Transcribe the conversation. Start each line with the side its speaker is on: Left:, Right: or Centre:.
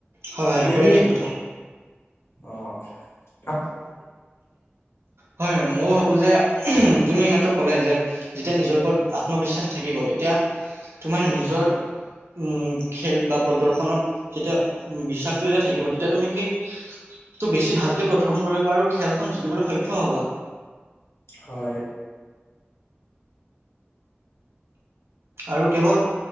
Right: হয় হয়
Left: যদি
Right: একেবাৰে
Left: আমি
Right: ঠিক কথা
Left: অ'।
Right: হয় মই ভাবো ভাবো যে তুমি এই মাত্ৰ ক'লে যেতিয়া নিজৰ ওপৰত আত্মবিশ্বাস থাকিব তেতিয়া তোমাৰ নিজৰ উম খেল বা প্ৰদৰ্শনত যেতিয়া উম বিশ্বাসটো যেতিয়া থাকিব তে এতি তুমি সেই তটো বেছি ভালকে প্ৰদৰ্শন কৰিব পাৰোঁ খেলখন জিকিবলৈ সক্ষম হ'বা
Left: হয়।
Right: আৰু কেৱল